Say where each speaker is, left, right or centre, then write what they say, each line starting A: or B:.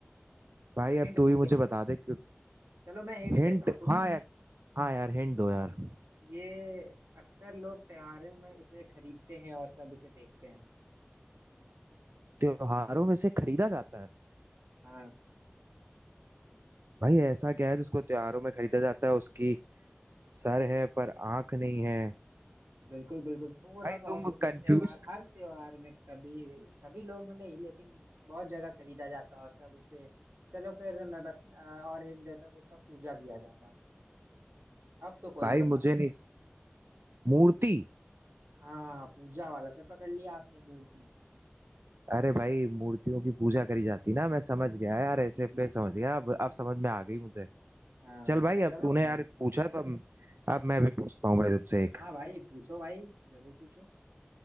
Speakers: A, on the right; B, on the right.
A: भाई
B: मैं
A: अब
B: हिंट
A: तू
B: दूं
A: ही
B: क्या
A: मुझे बता दे क्यों
B: चलो मैं हिंट
A: हिंट
B: देता हूँ तुम्हें
A: हाँ यार हाँ यार हिंट दो यार
B: ये अक्सर लोग त्योहारों में इसे खरीदते हैं और सब इसे देखते हैं
A: त्योहारों में से खरीदा जाता है
B: हाँ।
A: भाई ऐसा क्या है जिसको त्योहारों में खरीदा जाता है उसकी सर है पर आंख नहीं है
B: बिल्कुल बिल्कुल थोड़ा
A: भाई
B: सा
A: तुम
B: और सोचो
A: कंफ्यूज
B: त्योहार हर त्योहार में सभी सभी लोग नहीं लेकिन बहुत जगह खरीदा जाता है और सब उसे चलो फिर मैं बत, अ, और हिंट देता हूँ कि उसका पूजा किया जाता है अब तो कोई
A: भाई
B: भी बता
A: मुझे
B: देगा
A: नहीं मूर्ति
B: हाँ पूजा वाला से पकड़ लिया आपने मूर्ति
A: अरे भाई मूर्तियों की पूजा करी जाती ना मैं समझ गया यार
B: जी
A: ऐसे
B: जी
A: पे समझ गया अब अब समझ में आ गई मुझे
B: हाँ
A: चल भाई
B: चलो
A: अब तूने यार पूछा तो अब अब मैं भी पूछता हूँ भाई तुझसे एक
B: हाँ भाई पूछो भाई जरूर पूछो